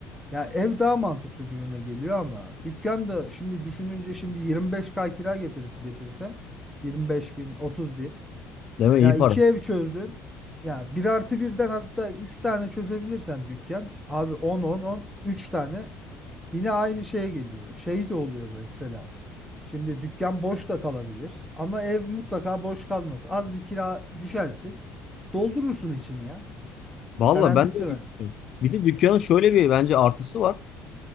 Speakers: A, in the centre; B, on the left (about 50°).
A: ya ev daha mantıklı gibime geliyor ama dükkan da şimdi düşününce şimdi 25K kira getirisi getirse 25 bin 30 bin
B: Değil mi?
A: ya
B: İyi
A: iki
B: para.
A: ev çözdün ya bir artı birden hatta üç tane çözebilirsen dükkan abi 10 10 10 üç tane Yine aynı şey geliyor. Şey de oluyor böyle mesela. Şimdi dükkan boş da kalabilir ama ev mutlaka boş kalmaz. Az bir kira düşersin. Doldurursun içini ya.
B: Valla
A: Garantisi
B: ben de öyle
A: var.
B: düşünüyorum. Bir de dükkanın şöyle bir bence artısı var.